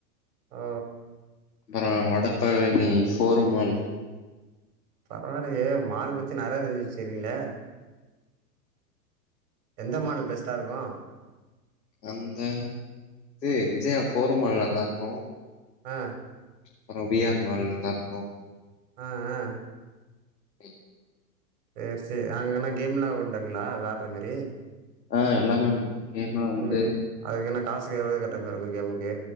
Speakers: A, on the right; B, on the left.
A: ஓ ஓ
B: அப்புறோ வடப்பழனி நீ ப்போருமால்
A: பரவால்லயே மால் பத்தி நெறையா தெரிஞ்ச்சி வெச்சிருகீங்ளே எந்த மால்
B: அ
A: பெஸ்ட்டா இருக்கு
B: அந்த இது விஜயா ப்போருமால் நல்லா இருக்கு
A: அ
B: அப்புறம் வி ஆர் மால் நல்லா இருக்கு
A: அ அ
B: ம்
A: சேர்சேர் அங்கனா கேம்லா உண்டுங்ளா வெளாரமாரி
B: ஆ எல்லாமே உண்டு கேம்லா உண்டு
A: ம் அதுக்கு என்ன காசு எவ்ளோ கட்ற மாரிருக்கு கேமுக்கு